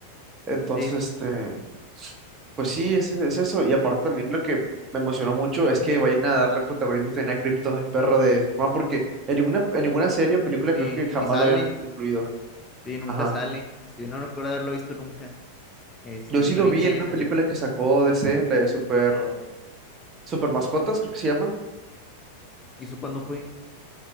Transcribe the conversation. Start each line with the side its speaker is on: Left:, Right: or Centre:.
Right: Entonces,
Left: Sí, sí,
Right: este.
Left: sí.
Right: Pues sí, es, es eso. Y aparte también lo que me emocionó mucho es que vayan a darle protagonismo también a Krypton, el perro de Superman, porque en ninguna, en ninguna serie o película creo
Left: Sí,
Right: que jamás
Left: ni sale.
Right: lo hayan incluido.
Left: Sí, nunca
Right: Ajá.
Left: sale. Este, yo no recuerdo haberlo visto nunca. Este,
Right: Yo
Left: y
Right: sí
Left: está
Right: lo
Left: bien
Right: vi
Left: que
Right: en
Left: haya
Right: una
Left: salido.
Right: película que sacó DC, la de Super, Super Mascotas, creo que se llama.
Left: ¿Y eso cuándo fue?